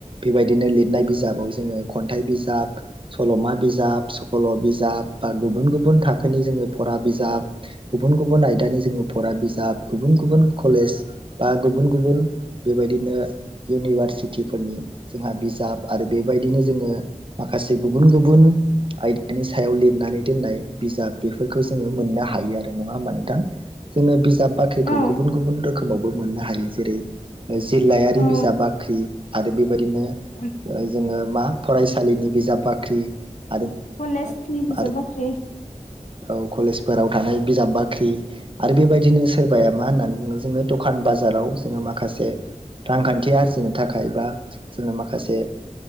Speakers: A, on the right; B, on the left.
A: बेबायदिनो लिरनाय बिजाबाव जोङो खन्थाइ बिज बिजाब सल'मा बिजाब सल' बिजाब बा गुबुन गुबुन थाखोनि जोङो फरा बिजाब गुबुन गुबुन आयदानि जोङो फरा बिजाब गुबुन गुबुन कलेज बा गुबुन गुबुन बेबायदिनो इउनिभारसिटिफोरनि जोंहा बिजाब आरो बेबायदिनो जोङो माखासे गुबुन गुबुन आयदानि सायाव लिरनानै दोननाय बिजाब बेफोरखौ जोङो मोननो हा हायो आरो नङा होमबा नोंथां जोङो बिजाब बाख्रिखौ
B: औ
A: गुबुन गुबुन रोखोमावबो मोननो हायो जेरै जिल्लायारि
B: औ
A: बिजाब बाख्रि आरो बेबायदिनो
B: ओ
A: जोङो मा फरायसालिनि बिजाब बाख्रि आरो
B: कलेज
A: ओ
B: नि बिजाब
A: आरो
B: बाख्रि
A: औ कलेजफोराव थानाय बिजाब बाख्रि आरो बेबायदिनो सोरबाया मा होननानै बुङो जोङो दखान बाजाराव जोङो माखासे रांखान्थि आरजिनो थाखाय बा जोङो माखासे